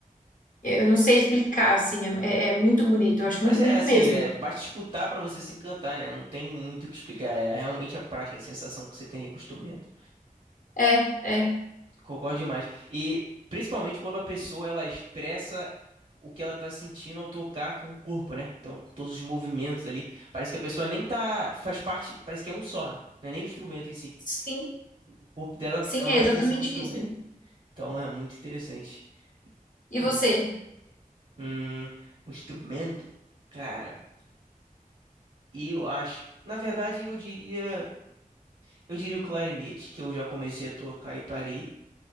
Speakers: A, on the left; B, on the right.
A: Eu não sei explicar, assim, é, é- é muito bonito. Eu acho
B: Mas
A: muito
B: é
A: bonito
B: assim,
A: mesmo.
B: é, basta escutar pra você se encantar, né? Não tem muito o que explicar. É realmente a prática, a sensação que você tem ali com o instrumento.
A: É, é.
B: Concordo demais. E principalmente quando a pessoa ela expressa o que ela tá sentindo ao tocar com o corpo, né? Então, todos os movimentos ali, parece que a pessoa nem tá, faz parte, parece que é um só, não é nem o instrumento em si.
A: Sim,
B: O corpo dela
A: sim,
B: é uma
A: é
B: extensão
A: exatamente
B: do instrumento.
A: isso.
B: Então, é muito interessante
A: E
B: nesse
A: você?
B: hum, um instrumento, cara. E eu acho, na verdade, eu diria Eu diria o clarinete, que eu já comecei a tocar e parei.